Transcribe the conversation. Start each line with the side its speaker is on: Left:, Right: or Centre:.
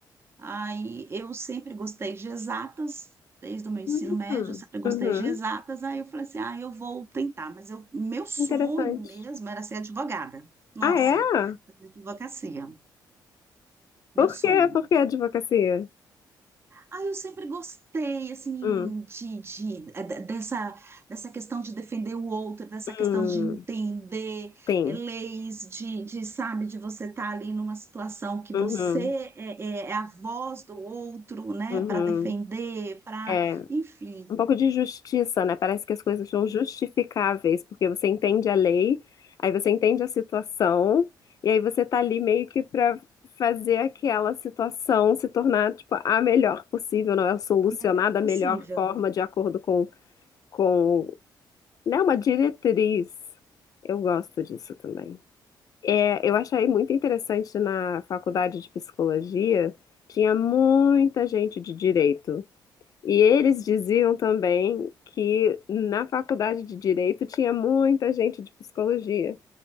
Right: Aí eu sempre gostei de exatas, desde o meu ensino
Left: Hum,
Right: médio, eu sempre gostei
Left: uhum.
Right: de exatas. Aí eu falei assim: ah, eu vou tentar, mas eu, meu sonho
Left: Interessante.
Right: mesmo era ser advogada. Nossa,
Left: Ah, é?
Right: fazer advocacia,
Left: Por
Right: meu sonho.
Left: quê? Por que advocacia?
Right: Ah, eu sempre gostei, assim,
Left: Hum,
Right: de, de- eh, de- dessa, dessa questão de defender o outro, dessa
Left: hum,
Right: questão de entender
Left: tem.
Right: eh, leis, de, de, sabe, de você estar ali numa situação que
Left: Uhum,
Right: você é, é- é a voz do outro, né,
Left: uhum.
Right: para defender, para,
Left: É,
Right: enfim,
Left: um pouco de justiça, né? Parece que as coisas são
Right: o
Left: justificáveis, porque você entende a lei, aí você entende a situação, e aí você tá ali meio que pra fazer aquela situação se tornar, tipo, a melhor possível, não é? Solucionar
Right: melhor
Left: da
Right: possível.
Left: melhor forma, de acordo com, com, né? Uma diretriz. Eu gosto disso também. É, eu achei muito interessante na faculdade de psicologia, tinha muita gente de direito. E eles diziam também que na faculdade de direito tinha muita gente de psicologia.